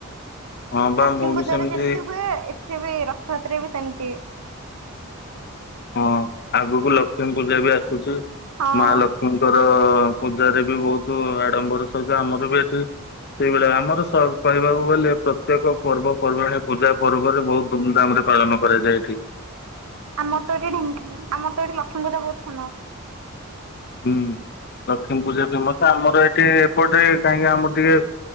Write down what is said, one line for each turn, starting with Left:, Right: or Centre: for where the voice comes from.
Left: ହଁ ବା
Right: ଲକ୍ଷ୍ମୀପୂଜାରେ
Left: ମୁଁ ବି ସେମିତି
Right: ଯେମିତି ହୁଏ ବି ରଥଯାତ୍ରରେ ବି ସେମିତି,
Left: ହଁ ଆଗକୁ ଲକ୍ଷ୍ମୀ ପୂଜା ବି ଆସୁଛି,
Right: ହଁ।
Left: ମା ଲକ୍ଷ୍ମୀ ବିଷ୍ମୁଙ୍କର ପୂଜା ରେ ବି ବହୁତ ଆଡମ୍ବର ସହିତ ଆମର ବି ଏଠି, ସେଇଭଳିଆ ଆମର କହିବାକୁ ଗଲେ ପ୍ରତ୍ୟେକ ପର୍ବପର୍ବାଣିୀ, ପୂଜା ପର୍ବରେ ବହୁତ ଧୁମଧାମ ରେ ପାଳନ କରାଯାଏ ଏଠି।
Right: ଆମର ତ ଏଠିଢ ଆମ ତ ଏଠି ଲକ୍ଷ୍ୀୂଜା ବହୁତ ଫେମସ <unintelligible>
Left: ହୁଁ ଲକ୍ଷ୍ମୀ ପୂଜା ପ୍ରସିଦ୍ଧ ଆମର ଏଠି ଏପଟେ କାହିଁକି ଆମର ଟିକେ,